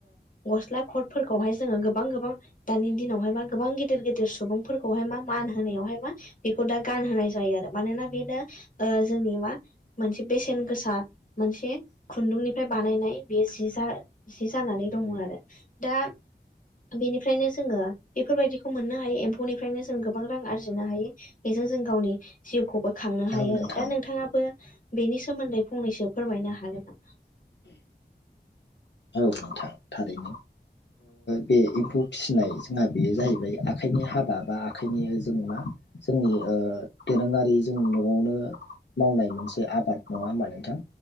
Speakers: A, on the left; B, on the left.
A: गस्ला खटफोरखौहाय जोङो गोबां गोबां दानि दिनाव बां गिदिर गिदिर सुबुंफोरखौहाय मा मानहोनायावहाय मा बेखौ गानहोनाय जायो आरो मानोना बेनो जोंनि मा मोनसे बेसेन गोसा मोनसे खुन्दुंनिफ्राय बानायनाय बे जि जा जि जानानै दङ आरो दा बेनिफ्रायनो जोङो बेफोरबायदिखौ मोननो हायो एम्फौनिफ्रायनो जों गोबां रां आरजिनो हायो जों गावनि जिउखौबो खांनो हायो
B: औ नोंथां
A: आरो दा नोंथाङाबो बेनि सोमोन्दै फंनैसो फोरमायनो हागोन नामा
B: औ नोंथां थारैनो बे एम्फौ फिसिनाय जोंहा बेयो जाहैबाय आखाइनि हाबा बा आखाइनि जेनेबा जोंनि दोरोङारि जोंनि न'आवनो मावनाय मोनसे आबाद नङा होमबा नोंथां